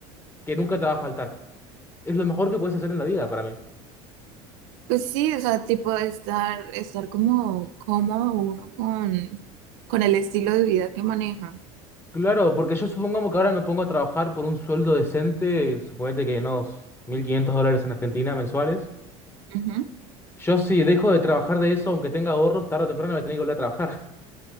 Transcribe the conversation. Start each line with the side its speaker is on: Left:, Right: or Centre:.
Left: que nunca te va a faltar. Es lo mejor que puedes hacer en la vida para mí.
Right: Pues sí, o sea, tipo de estar, estar como cómodo uno con, con el estilo de vida que maneja.
Left: Claro, porque yo supongamos que ahora me pongo a trabajar por un sueldo decente, suponete que unos 1.500 dólares en Argentina mensuales.
Right: Ujú.
Left: Yo si dejo de trabajar de eso, aunque tenga ahorros, tarde o temprano me tengo que volver a trabajar. <laughs>